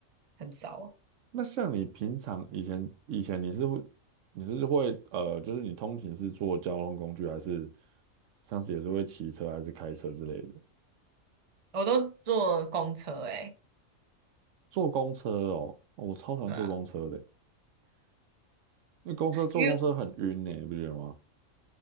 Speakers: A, on the right; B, on the right.
A: 很糟，
B: 那像你平常以前以前你是会你是会呃，就是你通勤是坐交通工具，还是像是也是会骑车还是开车之类的？
A: 我都坐公车诶、欸
B: 坐公车哦，哦我超讨厌坐公车的，
A: 对啊，
B: 因为公车坐公车很晕呢，
A: 因为
B: 你不觉得吗？